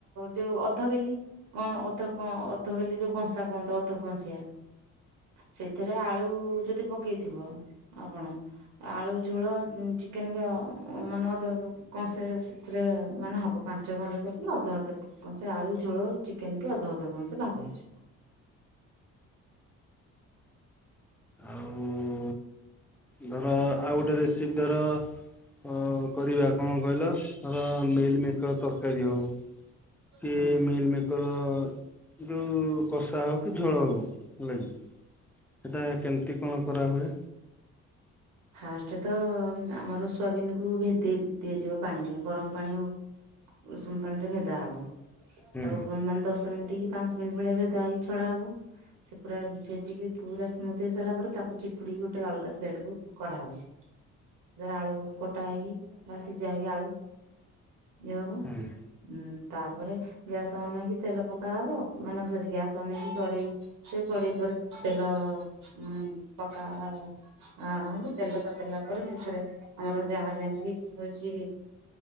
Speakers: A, on the right; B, in the centre.
A: ଯୋଉ ଅଧ ବେଲି କଣ ଅଧ, କଣ ଅଧ ବେଲି ଯୋଉ କଂସା କୁହନ୍ତି, ଅଧ କଂସିିଆ। ସେଇଥିରେ ଆଳୁ ଯଦି ପକେଇଥିବ, ଆପଣ, ଆଳୁ ଝୋଳ ଚିକେନ ମାନେ ଅଧ ଅଧ କଂସେ ଏ ମାନେ ହବ ପାଞ୍ଚ ଭାଗ କରିଦେଲେ, ଅଧ ଅଧ କଂସେ ସେ ଆଳୁ ଝୋଳ ଚିକେନ କି ଅଧ ଅଧ କଂସେ ସେ ଭାଗ <unintelligible>
B: ଆଉ ଧର ଆଉ ଗୋଟେ ରେସିିପ୍ ଧର ଅ କରିବା କଣ କହିଲ ଧର ମିଲମିକର ତରକାରୀ ହଉ କି
A: ହୁଁ
B: ମିଲମେକର ଯୋଉ କଷା ହଉ କି ଝୋଳ ହଉ, ହେଲାକି? ସେଟା କେମିତି କଣ କରାହୁଏ?
A: ଫାଷ୍ଟ ତ ଆମର ସୋୟାବିିନକୁୁ ଭେଦେଇ ଦିଆଯିବ, ପାଣିରେ ଗରମ ପାଣି ହଉ ଉଷୁମ ପାଣି ରେ ଭେଦା ହବ,
B: ହୁଁ
A: ତାକୁ ମାନେ ଦଶ ମିନିଟ ପାଞ୍ଚ ମିନିଟ, ଭଳିଆ ଭେଦା ହେଇ ଛଡା ହବ। ସେ ପୁରା ଭେଦିକି ପୁରା ସ୍ମୁଥ ହେଇ ସାରିଲା ପରେ, ତାକୁ ଚିପୁଡ ଗୋଟେ ଅଲଗା ପ୍ଲେଟ କୁ କଢା ହଉଛି, ଧର ଆଳୁ କଟା ହେଇକି ବା ସିଝା ହେଇକି ଆଳୁ। ଇଏ ହବ,
B: ହୁଁ
A: ଉଁ ତାପରେ ଗ୍ୟାସ୍ ଅନ୍ ହେଇକି ତେଲ ପକା ହବ, ମାନେ ସରି ଗ୍ୟାସ୍ ଅନ୍ ହେଇକି କଡେଇ, ସେ କଡେଇ ପରେ ତେଲ ହଁ ପକା <inaudible> ତେଲ ତତଲା ପରେ ସେଥିରେ, ଆମର ଯାହା ଯେମିତି ହଉଛି